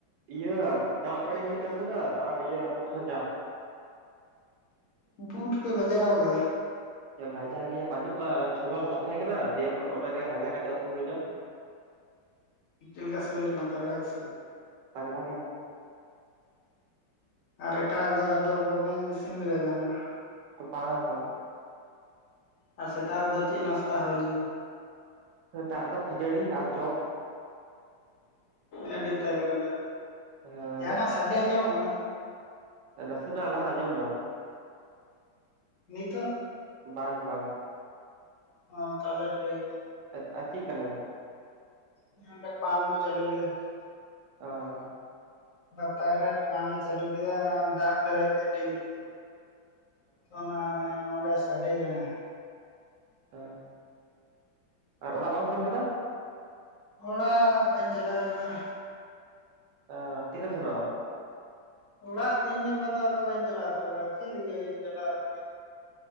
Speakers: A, on the right; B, on the left.
A: ᱤᱭᱟᱹ ᱫᱟᱜ ᱵᱟᱹᱲᱤ ᱦᱩᱭ ᱠᱟᱱ ᱛᱟᱦᱮᱱᱟ ᱟᱨ ᱤᱭᱟᱹ ᱵᱩᱴ ᱵᱷᱟᱡᱟ
B: ᱵᱩᱴ ᱯᱮ ᱵᱷᱟᱡᱟᱣ ᱟᱠᱟᱫᱟ
A: ᱵᱷᱟᱡᱟ ᱜᱮᱭᱟ ᱵᱟᱹᱱᱩᱜᱼᱟ ᱪᱷᱳᱞᱟ ᱞᱚᱦᱚᱫ ᱛᱟᱦᱮᱸ ᱠᱟᱱᱟ ᱫᱤᱭᱮ ᱯᱚᱨ ᱚᱱᱟ ᱜᱮ ᱵᱷᱟᱡᱟ ᱠᱟᱛᱮᱜ ᱩᱛᱩ ᱦᱩᱭᱮᱱᱟ
B: ᱪᱮᱫ ᱞᱮᱠᱟ ᱥᱤᱵᱤᱞ ᱠᱟᱱᱟ ᱛᱟᱜᱲᱟ ᱜᱮ ᱥᱮ
A: ᱛᱟᱜᱲᱟ ᱜᱮ
B: ᱟᱨ ᱮᱴᱟᱜ ᱫᱚ ᱟᱫᱚ ᱵᱟᱵᱮᱱ ᱤᱥᱤᱱ ᱞᱮᱫᱟ ᱡᱟᱦᱟᱱᱟᱜ
A: ᱵᱟᱝᱟ ᱵᱟᱝ
B: ᱟᱨ ᱥᱮᱛᱟᱜ ᱨᱮᱫᱚ ᱪᱮᱫ ᱱᱟᱥᱛᱟ ᱦᱩᱭ ᱞᱮᱱᱟ
A: ᱥᱮᱛᱟᱜ ᱨᱮᱫᱚ ᱠᱷᱟᱪᱟᱹᱲᱤ ᱟᱨ ᱪᱚᱯ
B: ᱟᱹᱰᱤ ᱛᱟᱜᱲᱟ ᱫᱚ
A: ᱦᱳᱭ
B: ᱡᱟᱦᱟᱱᱟᱜ ᱥᱟᱰᱮ ᱟᱸᱡᱚᱢᱚᱜ ᱠᱟᱱᱟ
A: ᱱᱟᱥᱮᱱᱟᱜ ᱞᱟᱦᱟ ᱟᱸᱡᱚᱢ ᱮᱱᱟ
B: ᱱᱤᱛᱚᱜ
A: ᱵᱟᱝ ᱵᱟᱝ
B: ᱚ ᱛᱟᱦᱚᱞᱮ ᱴᱷᱤᱠ ᱜᱮᱭᱟ
A: ᱟᱨ ᱟᱼ ᱪᱮᱫ ᱠᱟᱱᱟ
B: ᱱᱚᱣᱟ ᱫᱚ ᱯᱟᱢ ᱠᱚ ᱪᱟᱹᱞᱩ ᱠᱮᱫᱟ
A: ᱚᱦᱚᱻ
B: ᱵᱟᱛᱟᱨ ᱨᱮ ᱯᱟᱢᱯ ᱮ ᱪᱟᱹᱞᱩ ᱠᱮᱫᱟ ᱚᱱᱟ ᱫᱟᱜ ᱯᱮᱨᱮᱡ ᱮᱫᱟ ᱴᱮᱝᱠᱤ ᱛᱮ ᱛᱚ ᱚᱱᱟ ᱱᱚᱸᱰᱮ ᱥᱟᱰᱮ ᱠᱟᱱᱟ
A: ᱚᱻ ᱟᱨ ᱚᱲᱟᱜ ᱵᱟᱢ ᱥᱮᱱ ᱠᱟᱱᱟ
B: ᱚᱲᱟᱜ ᱵᱟᱹᱧ ᱪᱟᱞᱟᱣ ᱟᱠᱟᱱᱟ
A: ᱚᱻ ᱛᱤᱨᱮᱢ ᱥᱮᱱᱚᱜᱼᱟ
B: ᱚᱲᱟᱜ ᱛᱮᱦᱮᱧ ᱜᱟᱯᱟ ᱫᱚ ᱟᱫᱚ ᱵᱟᱹᱧ ᱪᱟᱞᱟᱣ ᱦᱟᱛᱟᱲᱚᱜᱼᱟ ᱪᱮᱫ ᱞᱟᱹᱜᱤᱧ ᱪᱟᱞᱟᱣ <unintelligible>